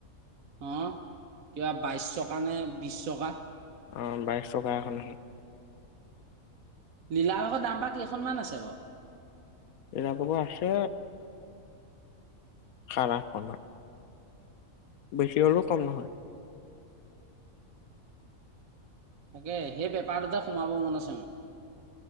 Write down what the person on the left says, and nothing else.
অ বাইছ চকা এখন আছে।
<unintelligible> আছে সাত আঠ খন মান। বেছি হ'লেও কম নহয়।